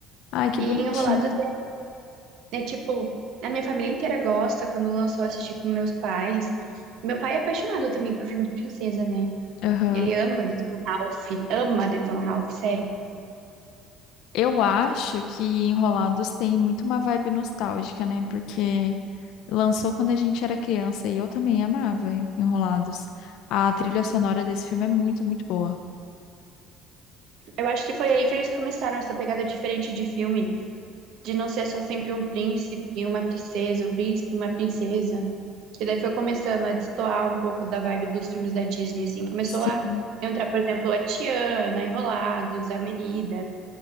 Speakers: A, on the left (about 70°); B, on the right (about 65°).
A: Ai, que
B: E
A: bonitinho.
B: Enrolados É tipo, a minha família inteira gosta quando lançou eu assisti com meus pais. Meu pai é apaixonado também por filme de princesa, né?
A: Aham.
B: Ele ama Detona Ralph, ama Detona Ralph, sério.
A: Eu acho que Enrolados tem muito uma vibe nostálgica, né? Porque lançou quando a gente era criança e eu também amava Enrolados. A trilha sonora desse filme é muito, muito boa.
B: Eu acho que foi aí que eles começaram essa pegada diferente de filme, de não ser só sempre um príncipe e uma princesa, um príncipe e uma princesa. E daí foi começando a destoar um pouco da vibe dos filmes da Disney, assim. Começou
A: Sim.
B: a entrar, por exemplo, a Tiana, Enrolados, a Merida.